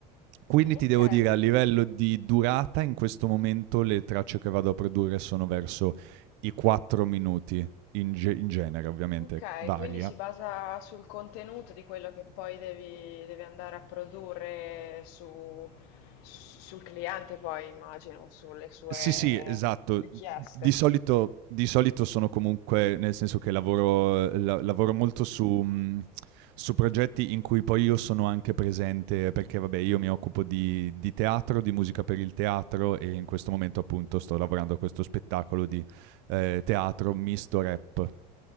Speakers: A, on the right (about 70°); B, on the left (about 75°).
A: Quindi
B: ok.
A: ti devo dire a livello di durata in questo momento le tracce che vado a produrre sono verso i 4 minuti, in, ge- in genere ovviamente
B: Ok,
A: varia.
B: quindi si basa sul contenuto di quello che poi devi, devi andare a produrre su- sul cliente, poi immagino, sulle sue
A: Sì, sì, esatto.
B: richieste.
A: Di solito, di solito sono comunque, nel senso che lavoro, la- lavoro molto su, mh, su progetti in cui poi io sono anche presente, perché vabbè, io mi occupo di, di teatro, di musica per il teatro e in questo momento appunto sto lavorando a questo spettacolo di eh, teatro misto rap.